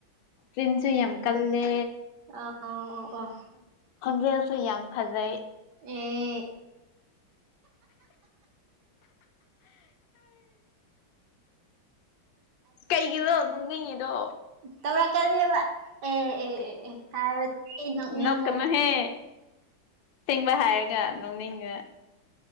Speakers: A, on the left (about 75°); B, on the right (about 60°).
A: ꯐꯔꯦꯟꯁꯨ ꯌꯥꯝ ꯀꯜꯂꯦ
B: ꯑ ꯑ ꯑꯣ ꯑꯣ
A: ꯈꯣꯟꯖꯑꯁꯨ ꯌꯥꯝ ꯐꯖꯩ
B: ꯑꯦ
A: ꯀꯩꯒꯤꯅꯣ ꯅꯣꯛꯅꯤꯡꯉꯤꯗꯣ
B: ꯇꯧꯔꯛꯀꯅꯤꯕ ꯑꯦ ꯑꯦ ꯑꯦ ꯑꯦ ꯍꯥꯏꯕꯗꯤ ꯅꯣꯛꯅꯤꯡꯕ
A: ꯅꯣꯛꯀꯅꯨꯍꯦ ꯑꯁꯦꯡꯕ ꯍꯥꯏꯔꯒ ꯅꯣꯡꯅꯤꯡꯑꯦ